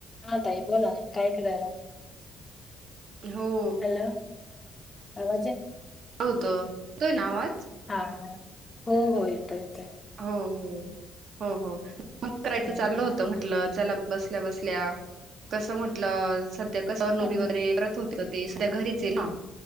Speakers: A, on the left (about 30°); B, on the right (about 65°).
A: हा ताई बोला ना काय करायलाय
B: हो
A: हॅलो आवाज येत
B: होत येतोय ना आवाज
A: हा हा हो हो येतोय येतोय
B: हो हो हो हो मग करायचं
A: हं,
B: चाललं होतं म्हटलं चला बसल्या बसल्या कस म्हटलं सध्या कस नोकरी
A: हं.
B: वगैरेत करत होत ते सध्या घरीच ना